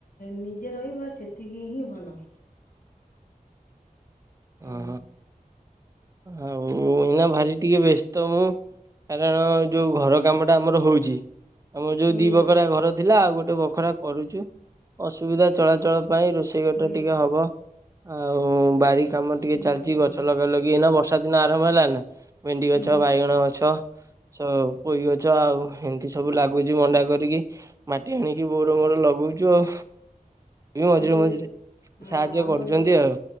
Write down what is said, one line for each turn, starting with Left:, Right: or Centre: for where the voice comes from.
Left: ନିଜେ ରହିବ ସେତିକି ହିଁ ଭଲ। ହୁଁ
Right: ଓ ଆଉ ଏଇନା ଭାରି ଆ ଟିକେ ବ ତ ମୁଁ କାରଣ ଯୋଉଁ ଘର କାମଟା ଆମର ହଉଛି ଆମର ଯୋଉ
Left: ହୁଁ
Right: ଦିଇ ବଖରା ଘର ଥିଲା ଆଉ ଗୋଟେ ବଖରା କରୁଛୁ। ଅସୁବିଧା ଚଳାଚଳ ପାଇଁ ରୋଷେଇ ଘଟର
Left: ହୁଁ
Right: ଟା ଟିକେ ହବ ଆଉ ବାରି କାମ ଟିକେ
Left: ହୁଁ
Right: ଚାଲିଚି ଗଛ ଲଗା ଲଗି ଏଇନା ବର୍ଷା ଦିନ ଆରମ୍ଭ ହେଲା ନା ଭେଣ୍ଡି ଗଛ
Left: ହୁଁ
Right: ବାଇଗଣ ଗଛ ସ ପୋଇ ଗଛ ଆଉ ଏମତି ସବୁ ଲାଗୁ ମଣ୍ଡା କରିକି ମାଟି ଆଣିକି ବୋଉ ର ମୋର ଲଗଉଛୁ ଆଉ ମଝିରେ
Left: ଆମର
Right: ମଝିରେ
Left: ବି ସେ- ହଁ
Right: ସାହାଯ୍ୟ
Left: ଆମର
Right: କରୁଛନ୍ତି
Left: ବି
Right: ଆଉ।